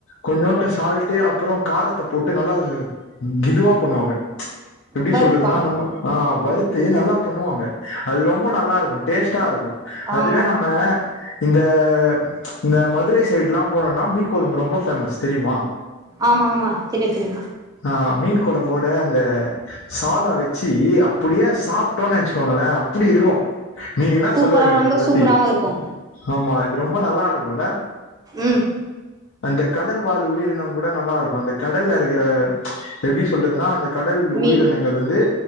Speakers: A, on the left (about 60°); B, on the right (about 20°).
A: கொஞ்சோண்ட்டு சால்ட்டு அப்புறோ காரத்த போட்டு நல்லா கிதுவா பண்ணுவாங்க எப்டி
B: வறுப்பாங்க
A: சொல்றதுன்னா நம்ப ஆ வறுத்து நல்லா பண்ணுவாங்க அது ரொம்ப நல்லா இருக்கு டேஸ்ட்டா இருக்கு அதுவே
B: ஆமா
A: நம்ம இந்த ம்ச் இந்த மதுரை சைடு் எல்லா போனோம்னா மீன் கொழம்பு ரொம்ப ஃபேமஸ் தெரியுமா
B: ஆமா ஆமா தெரியு தெரியு
A: ஆ மீன் குழம்போட அந்த சாதோ வெச்சி அப்புடியே சாப்பிட்டோன்னு நெனைச்சுக்கோங்களே அப்பிடி இருக்கு நீங்க என்ன
B: சூப்பரா
A: சொல்ல வறீங்க
B: ரொம்ப
A: இத பத்தி
B: சூப்பராவு இருக்கு
A: ஆமா இது ரொம்ப நல்லா இருக்குல
B: ம்
A: அந்த கடல் வாழ் உயிரினம் கூட நல்லா இருக்கு அந்த கடல்ல இருக்குற இப்ப எப்டி சொல்றதுன்னா அந்த கடல்
B: மீன்
A: உயிரினங்களே இருந்து